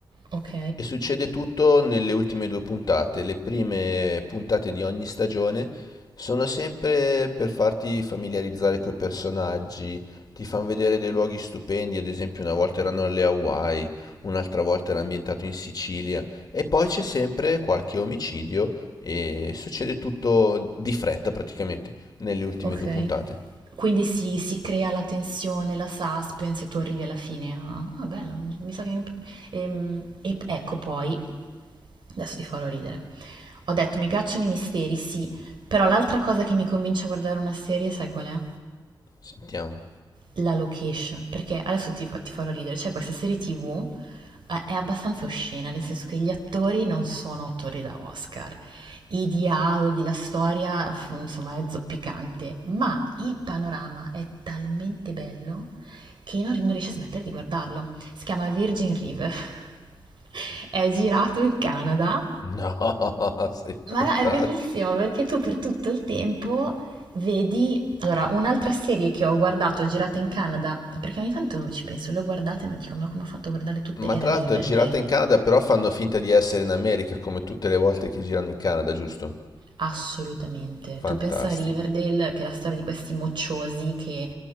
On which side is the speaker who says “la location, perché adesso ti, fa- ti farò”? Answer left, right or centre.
Right